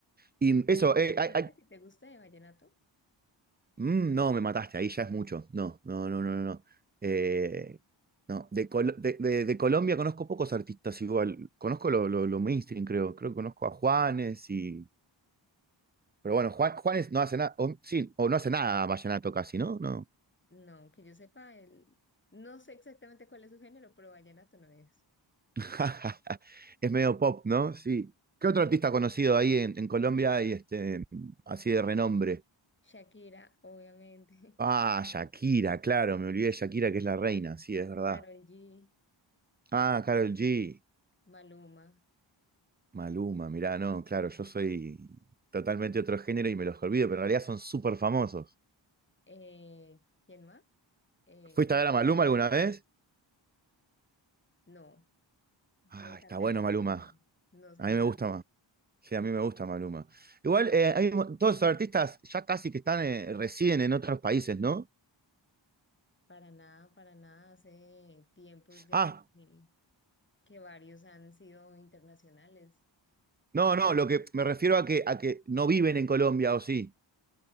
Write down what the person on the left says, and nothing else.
¿Y hay
un
artista
que te guste de vallenato?
No, que yo sepa, el... no sé exactamente cuál es su género, pero vallenato no es.
Shakira, obviamente.
<laughs> Karol G,
Maluma.
Eh, ¿quién más? Eh,
J
Balvin.
No,
me encantaría,
pero no. No se
me
ha
dado.
Para nada, para nada. Hace tiempos ya
que, que varios han sido internacionales.